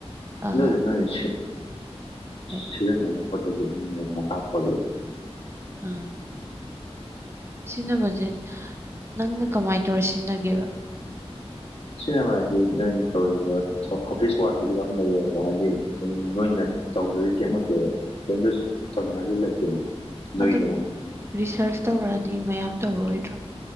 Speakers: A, on the right; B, on the left.
A: ꯑꯥ
B: ꯑꯗꯨꯕꯨꯗꯤ ꯅꯣꯏ ꯁꯤ
A: ꯍꯣꯏ
B: ꯁꯤꯖꯤꯟꯅꯩ ꯄꯣꯠꯇꯨꯒꯤ ꯃ ꯃꯍꯈꯥ ꯄꯣꯜꯂꯦ
A: ꯑ ꯁꯤꯟꯅꯕꯖꯦ ꯅꯪꯅ ꯀꯃꯥꯏ ꯇꯧꯔ ꯁꯤꯟꯅꯒꯦꯕ
B: ꯁꯤꯟꯅꯕ ꯍꯥꯏꯗꯤ ꯅꯪꯅ ꯇꯧꯔꯤꯕ ꯍꯣ ꯍꯣꯐꯤꯁ ꯋꯥꯛꯇꯨꯒꯤ ꯌꯥꯝ ꯂꯩꯌꯦꯕ ꯍꯥꯏꯗꯤ ꯗꯨꯝ ꯅꯣꯏꯅ ꯇꯧꯗꯣꯏꯖꯤ ꯀꯩꯝ ꯅꯠꯇꯦꯕ ꯀꯩꯝꯇꯖꯨ ꯇꯧꯅꯤꯡꯉꯥꯏꯖꯨ ꯂꯩꯇꯦꯅ ꯅꯣꯏꯒꯤꯗꯤ
A: ꯑꯗꯨ
B: ꯑꯃꯨꯛ
A: ꯔꯤꯁꯔꯁ ꯇꯧꯔꯛꯑꯗꯤ ꯃꯌꯥꯝ ꯇꯧꯔꯛꯑꯣꯏꯗ꯭ꯔꯣ